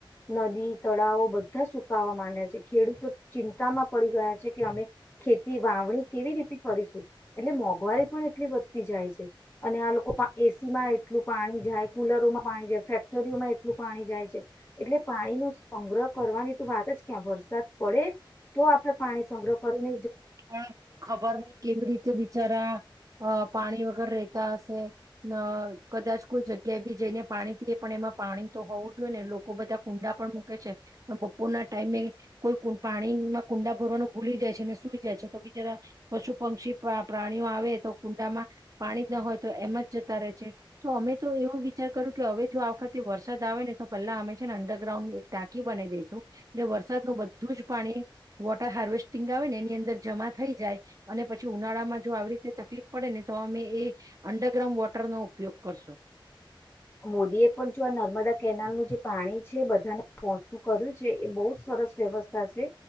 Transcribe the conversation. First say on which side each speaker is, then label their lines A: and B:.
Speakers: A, on the left; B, on the right.
A: નદી તળાવો બધા સુકાવા માંડ્યા છે ખેડૂતો ચિંતામાં પડી ગયા છે કે અમે ખેતી વાવણી કેવી રીતે ફરીશું એટલે મોંઘવારી પણ એટલી વધતી જાય છે અને આ લોકો એસી માં એટલું પાણી જાય કુલરોમાં પાણી જાય ફેક્ટરીઓમાં એટલું પાણી જાય છે એટલે પાણી ન સંગ્રહ કરવાની તો વાત જ ક્યાં વરસાદ પડે તો આપડે પાણી સંગ્રહ કરી ન
B: પણ ખબર ની કેવી રીતે વિચારા અ પાણી વગેર રહેતા હશે ના કદાચ કોઈ જગ્યા કે્યા બી જઈને પાણી પીએ પણ એમાં પાણી તો હોવું જોઈએ ને લોકો બધા કુંડા પણ મૂકે છે પણ બપોર ના ટાઈમે કોઈ પાણીમાં કુંડા ભરવાનું ભૂલી જાય છે ને શું છે. તમે જરા પશુ પંક્ષી પ્રાણીઓ આવે તો કુંડામાં પાણી ના હોય તો એમ જ જતા રહે છે તો અમે તો એવું વિચાર કરું કે હવે જો આ વખતે વરસાદ આવે ને તો પહેલા અમે છે ને અંડરગ્રાઉન્ડ એક ટાંકી બનાવી દઈશું એટલે વરસાદ નું બધું જ પાણી વોટર હાર્વેસ્ટિંગ આવે ને એની અંદર જમા થઈ જાય અને પછી ઉનાળામાં જો આવી રીતે તકલીફ પડે ને તો અમે એ અંડરગ્રાઉન્ડ વોટરનો ઉપયોગ કરશું.
A: મોદીએ પણ જો આ નર્મદા કેનાલનું જે પાણી છે, બધાને પહચું કર્યું છે એ બહુ સરસ વ્યવસ્થા છે,